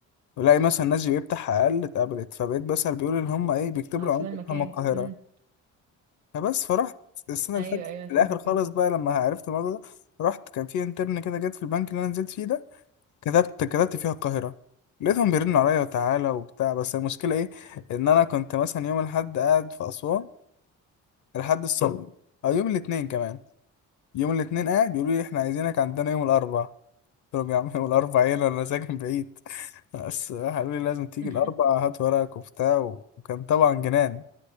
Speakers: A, on the left (about 65°); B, on the right (about 60°).
A: بلاقي مثلا الناس جي بي اي بتاعها اقل اتقبلت فبقيت بسأل بيقولوا ان هم ايه بيكتبوا
B: عشان
A: العنوان
B: المكان
A: بتاعهم القاهرة
B: امم
A: فبس فرحت السنة
B: ايوه
A: اللي فاتت في
B: ايوه عشان
A: الاخر
B: المكان
A: خالص بقى لما عرفت الموضوع ده رحت كان في انترن كده جت في البنك اللي انا نزلت فيه ده كتبت كتبت فيها القاهرة لقيتهم بيرنوا عليا وتعالى وبتاع بس المشكلة ايه ان انا كنت مثلا يوم الاحد قاعد في اسوان لحد الصبح او يوم الاثنين كمان يوم الاثنين قاعد بيقولوا لي احنا عايزينك عندنا يوم الاربعاء قلت لهم يا عم يوم الاربعاء ايه انا أنا ساكن بعيد <laughs> بس قالوا لي لازم تيجي
B: <laughs>
A: الاربعاء هات ورقك وبتاع و- وكان طبعا جنان